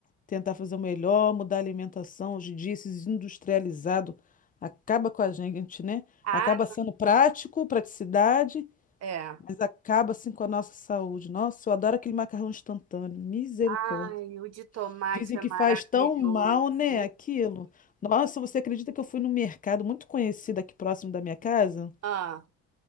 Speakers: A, on the left (about 30°); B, on the right (about 60°).
A: tentar fazer o melhor, mudar a alimentação. Hoje em dia, esses industrializados acaba com a gente, né?
B: Ah,
A: Acaba sendo prático, praticidade.
B: é.
A: Mas acaba assim com a nossa saúde. Nossa, eu adoro aquele macarrão instantâneo. Misericórdia.
B: Ai, o de tomate
A: Dizem
B: é
A: que
B: maravilhoso.
A: faz tão mal, né, aquilo. Nossa, você acredita que eu fui no mercado muito conhecido aqui próximo da minha casa?
B: Ah,